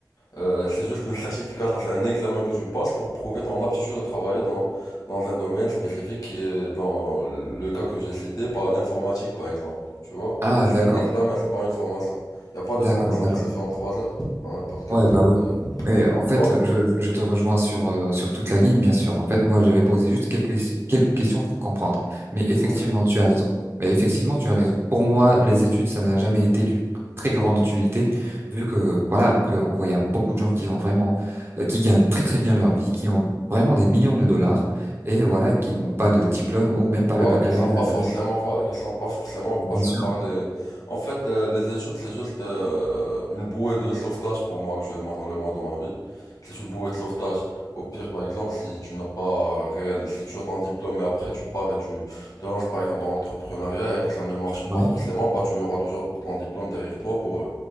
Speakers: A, on the left; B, on the right.
A: Euh, c'est juste une certification, c'est un examen que tu passes pour prouver ton aptitude à travailler dans, dans un domaine spécifique qui est, dans le cas que j'ai cité, par l'informatique par exemple. Tu vois?
B: Ah,
A: C'est
B: d'accord,
A: un examen, c'est pas une formation. Il n'y a pas
B: d'accord,
A: de formation
B: d'accord.
A: qui se fait en 3 heures, dans n'importe quel
B: Ouais,
A: domaine.
B: bah oui.
A: d'ailleurs.
B: Mais en fait,
A: Tu vois?
B: je, je te rejoins sur, euh, sur toute la ligne, bien sûr. En fait, moi, j'avais posé juste quelques, quelques questions pour comprendre. Mais effectivement,
A: Ok.
B: tu as raison. Mais effectivement, tu as raison. Pour moi, les études, ça n'a jamais été d'une très grande utilité, vu que, voilà, donc, euh, on voit, il y a beaucoup de gens qui ont vraiment, euh, qui gagnent très, très bien leur vie, qui ont vraiment des millions de dollars, et voilà, qui n'ont pas de diplôme ou même pas
A: Voilà,
B: le baccalauréat,
A: qui sont pas
B: vous
A: forcément,
B: savez.
A: voilà, qui sont pas forcément passés
B: Mais bien sûr.
A: par les. En fait, euh, les études, c'est juste euh, une bouée de sauvetage pour moi actuellement dans le monde où on vit. C'est une bouée de sauvetage. Au pire, par exemple, si tu n'as pas réel, si tu as ton diplôme et après tu pars et tu te lances par exemple dans l'entrepreneuriat et que ça ne marche
B: Ouais.
A: pas forcément, bah tu auras toujours ton diplôme derrière toi pour, euh,